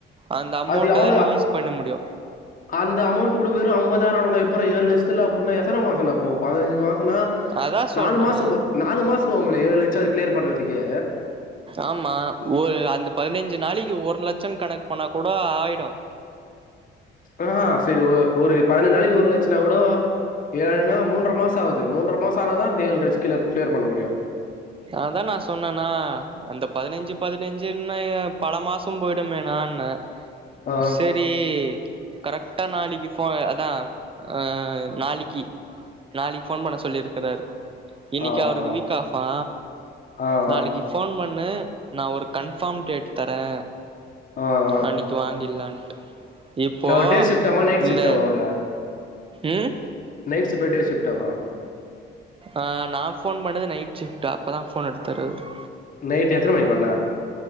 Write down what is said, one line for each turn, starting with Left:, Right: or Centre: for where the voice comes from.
Right: அந்த அமௌண்ட
Left: அது எவ்ளோ
Right: தா ரிலீஸ் பண்ண முடியு
Left: அந்த அமௌண்ட் கூட வெறு ஐம்பதாயிரோ அளவுனா எப்புட்றா ஏழு லட் த்துல அப்புட்னா எத்தன மாசம் டா போவு பதினஞ்சி மாச ன்னா
Right: அதா சொல்றே
Left: நாலு மாசோ போ நாலு மாசோ போவுமே டா ஏழு லட்சோ அத கிளியர் பண்றதுக்கே
Right: ஆமா ஒரு அந்த பதினஞ்சி நாளைக்கு ஒரு லட்சம் கணக்கு பண்ணா கூடோ போய்டோ
Left: ஆஹ சேரி ஒ ஒரு பதினஞ்சி நாளைக்கி ஒரு லட்சோன்னா கூட ஏன்னா மூன்ற மாசோ ஆகுது மூன்ற மாசோ ஆனதா அந்த ஏழு லட்சோ கிளியர் கிளியர் பண்ண முடியு
Right: அதா நா சொன்னேனா அந்த பதினஞ்சி பதினஞ்சின்னே பல மாசோ போய்டுமேனாண்ணே
Left: ஆ ஆ
Right: செரி கரெக்டா நாளிக்கு போ அதா ஆ நாளிக்கி நாளிக்கு ஃபோன் பண்ண சொல்லியிருக்கறாரு இன்னக்கி
Left: ஆ
Right: அவருக்கு வீக் ஆஃப்ஆ
Left: ஆ ஆ
Right: நாளிக்கு ஃபோன் பண் ணு நா ஒரு கன்பார்ம் டேட் தரே
Left: ஆ ஆ
Right: அன்னிக்கி வாங்கீர்லான்னு இப்போ
Left: நா ஒரு டே ஷிஃப்ட்டாமா நைட்
Right: இந்த
Left: ஷிஃப்ட்டாமா அவரு
Right: ம்
Left: நைட் ஷிஃப்ட்டா டே ஷிஃப்ட்டாமா
Right: ஆ நா ஃபோன் பண்ணது நைட் ஷிஃப்ட் அப்பதா ஃபோன் எடுத்தாரு அவரு
Left: நைட்டு் எத்தன மணிக்கு பண்ண